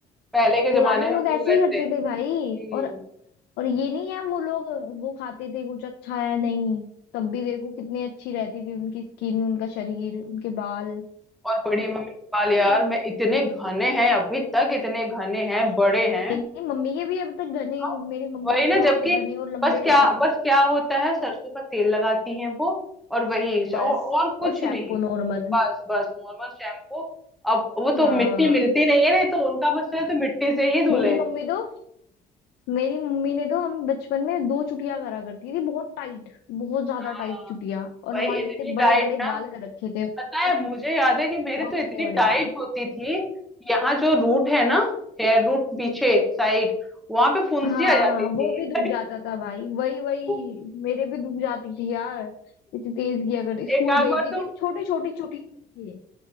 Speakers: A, in the centre; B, on the left.
A: पहले के
B: पुराने
A: जमाने
B: लोग
A: में हम
B: ऐसे
A: लोग ऐसे
B: ही करते थे भाई
A: हम्म
B: और और ये नहीं है वो लोग वो खाते थे कुछ अच्छा है नहीं तब भी देखो कितनी अच्छी रहती थी उनकी स्किन उनका शरीर उनके बाल
A: और बड़ी मम्मी के बाल यार
B: बस ऐसे
A: मैं
B: ही होता।
A: इतने घने हैं अभी तक इतने घने हैं बड़े हैं
B: मेरी मम्मी के भी अब तक घने
A: हाँ,
B: मेरी मम्मी
A: वही
B: के
A: ना
B: बहुत
A: जबकि
B: घने और लंबे
A: बस क्या
B: बाल हैं
A: बस क्या होता है सरसों का तेल लगाती हैं वो और वही
B: बस
A: और, और कुछ
B: और शैम्पू
A: नहीं
B: नॉर्मल
A: बस बस नॉर्मल शैम्पू अब वो तो
B: हाँ
A: मिट्टी मिलती नहीं है नहीं तो उनका बस है तो मिट्टी से ही धुले
B: मेरी मम्मी तो मेरी मम्मी ने तो हम बचपन में दो चुटिया करा करती थी बहुत टाइट बहुत ज्यादा
A: हाँ
B: टाइट चुटिया और
A: भाई
B: हमारे
A: इतनी
B: इतने बड़े
A: टाइट
B: बड़े
A: ना
B: बाल कर रखे थे उन्होंने
A: पता है मुझे याद है कि मेरी
B: बहुत
A: तो इतनी
B: बड़े बड़े
A: टाइट
B: बाल।
A: होती थी यहाँ जो रूट है ना हेयर रूट पीछे साइड वहां पे फुंसी
B: हाँ
A: आ जाती
B: हाँ
A: थी
B: वो भी दुख जाता था भाई वही वही
A: <laughs>
B: मेरे भी दुख जाती थी यार इतनी तेज किया करती स्कूल
A: एक आध
B: भेजती
A: बार तो
B: थी छोटी छोटी छोटी करके